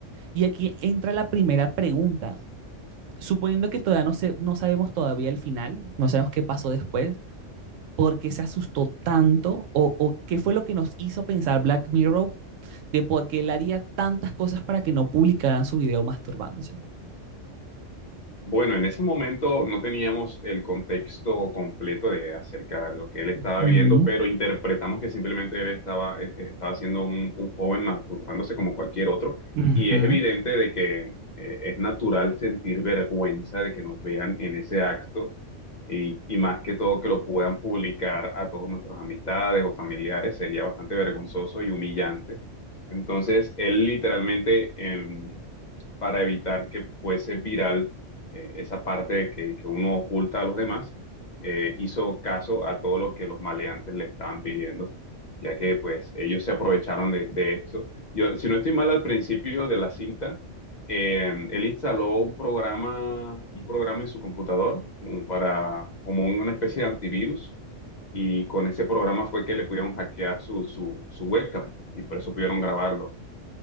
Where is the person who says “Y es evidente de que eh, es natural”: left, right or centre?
Left